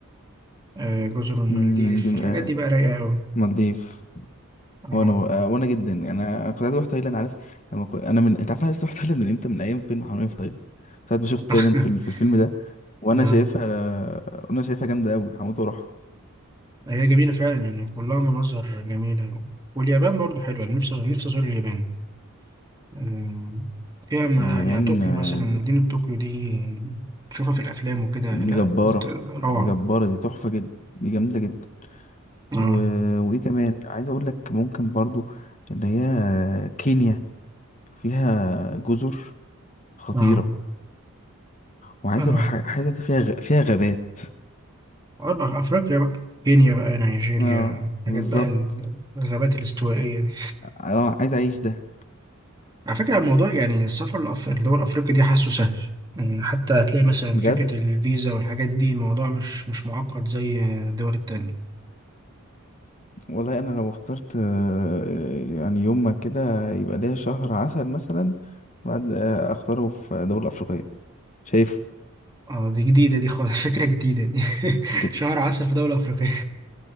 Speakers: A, on the right; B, on the left.
A: آه، آه، جزر المالديف
B: مم، إندون...
A: الحاجات
B: آه،
A: دي بقى رايقة أوي
B: مالديف
A: اه
B: وأنا آه، وأنا جدا أنا كنت عايز أروح تايلاند عارف لما كنت... أنا من أنت عارف أنا عايز أروح تايلاند من إمتى من أيام فيلم حرامية في تايلاند ساعة ما شفت تايلاند
A: <laughs>
B: في, ال- في الفيلم ده وانا
A: اه
B: شايفها وانا شايفها جامده قوي هموت واروح
A: هي جميلة فعلا يعني كلها مناظر جميلة واليابان برضه حلوة أنا نفسي نفسي أزور اليابان آه، فيها ما-
B: اليابان
A: يعني طوكيو
B: آه،
A: مثلا مدينة طوكيو دي تشوفها في الأفلام وكده
B: دي
A: لا
B: جباره
A: بت- روعة
B: دي جباره دي تحفه جدا دي جامده جدا
A: اه
B: و... وايه كمان عايز اقول لك ممكن برضو اللي هي كينيا فيها جزر خطيره
A: اه
B: وعايز
A: اه
B: اروح ح- حتت فيها غ... فيها غابات
A: أربع أفريقيا بقى كينيا بقى نيجيريا
B: اه
A: حاجات
B: بالظبط
A: بقى الغابات الاستوائية دي.
B: اه عايز اعيش ده
A: على فكرة الموضوع يعني السفر لأف- لدول أفريقيا دي حاسه سهل يعني حتى هتلاقي مثلا
B: بجد
A: فكرة الفيزا والحاجات دي الموضوع مش مش معقد زي الدول التانية
B: والله انا لو اخترت آه، يعني يوم ما كده يبقى ليا شهر عسل مثلا بعد آه، اختاره في دولة افريقية شايف
A: اه دي جديدة دي خالص <laughs> فكرة جديدة دي <laughs>
B: كده
A: شهر عسل في دولة أفريقية